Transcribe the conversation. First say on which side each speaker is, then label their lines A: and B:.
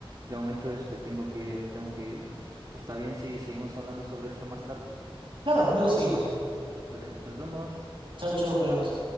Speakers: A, on the right; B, on the right.
A: de momento este tengo que, tengo que irme. Está bien si seguimos hablando sobre esto más tarde.
B: Claro, luego seguimos.
A: Dale, nos vemos.
B: Chau, chau, hablamos.